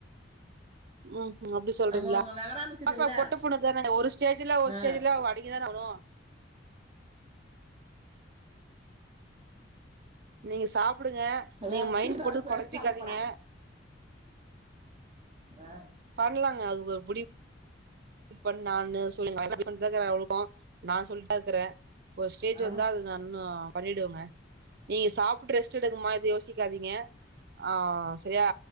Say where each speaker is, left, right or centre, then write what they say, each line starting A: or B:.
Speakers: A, on the right; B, on the right.
A: ம் ம் அப்டி சொல்றீங்ளா
B: அவங்கவுங்க வகறான் இருக்குதுல்ல
A: பாக்கலா பொட்ட பொண்ணு தானேங்க ஒரு ஸ்டேஜ் இல்ல ஒரு
B: ஆ
A: ஸ்டேஜில அடங்கிதானே ஆவணு நீங்க சாப்புடுங்க
B: லட்டு
A: நீங்க மைண்ட் போட்டு
B: பெருசா
A: கொழப்பிக்காதீங்க
B: இருக்க போறே ஆ
A: பண்ணலாங்க அதுக்கு ஒரு முடிவு இப்ப நானு சொல்லின் தா கிறே அவ்ளுக்கு நா சொல்லின்தா இருக்கிறே ஒரு ஸ்டேஜ்
B: ஆ
A: வந்தா அது நன்னு பண்ணிடுவங்க நீங்க சாப்புட்டு‌ ரெஸ்ட் எடுங்கமா எது யோசிக்காதீங்க ஆ செரியா